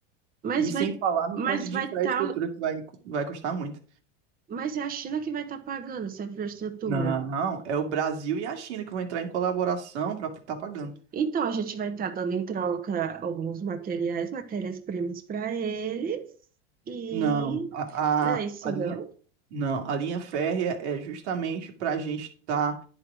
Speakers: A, on the right (about 25°); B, on the right (about 80°).
A: Mas
B: E sem
A: vai,
B: falar no
A: mas
B: ponto de
A: vai
B: infraestrutura
A: estar,
B: que vai, vai custar muito.
A: mas é a China que vai estar pagando essa infraestrutura.
B: Não, é o Brasil e a China que vão entrar em colaboração para estar pagando.
A: Então, a gente vai estar dando em troca alguns materiais, matérias-primas para eles. E
B: Não, a,
A: não é isso,
B: a, a linha,
A: não?
B: não, a linha férrea é justamente para a gente estar